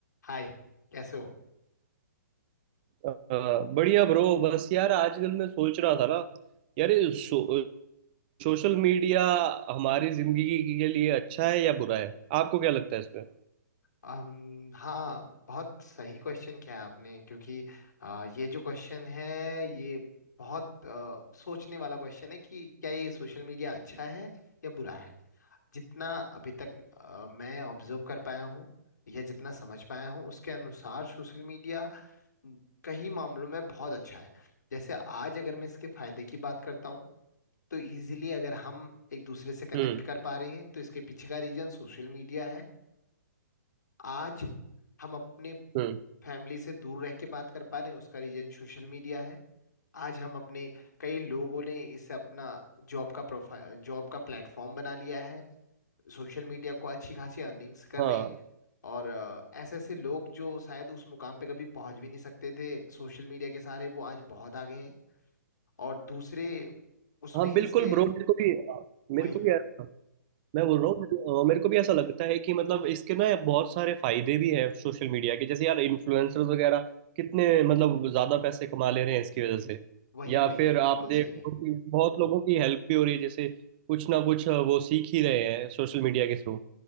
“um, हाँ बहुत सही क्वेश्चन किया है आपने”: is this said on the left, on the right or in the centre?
Left